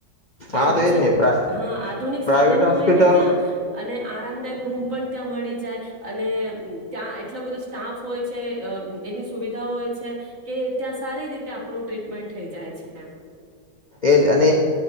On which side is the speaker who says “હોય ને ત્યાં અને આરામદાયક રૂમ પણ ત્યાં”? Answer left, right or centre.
Right